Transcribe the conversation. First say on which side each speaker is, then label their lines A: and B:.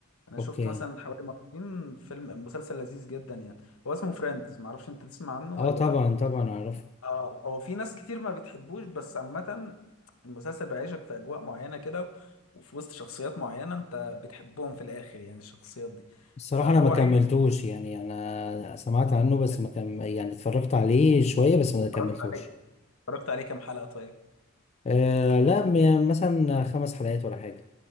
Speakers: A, on the left (about 75°); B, on the left (about 30°).
A: انا
B: اوكي
A: شفت مثلا حوالي مرتين فيلم مسلسل لذيذ جدا يعني هو اسمه فريندز معرفش انت تسمع عنه
B: اه
A: ولا
B: طبعا
A: لا
B: طبعا اعرفه
A: اه هو في ناس كتير ما بتحبوش بس عامة المسلسل بيعيشك في أجواء معينة كده وفي وسط شخصيات معينة أنت بتحبهم في الآخر يعني الشخصيات دي
B: الصراحه
A: فهو
B: انا ما كملتوش
A: عايز
B: يعني انا سمعت عنه بس
A: أنت
B: ما كم يعني اتفرجت عليه شويه بس ما كملتوش
A: اتفرجت عليه اتفرجت عليه كام حلقة طيب
B: آه لا م- مثلا خمس حلقات ولا حاجه